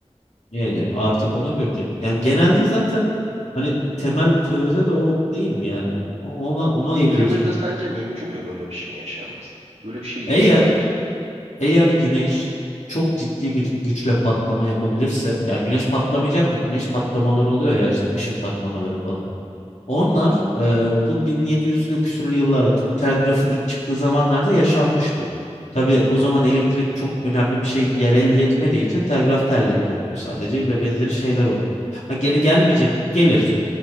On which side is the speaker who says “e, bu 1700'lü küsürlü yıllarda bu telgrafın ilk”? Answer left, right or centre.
Left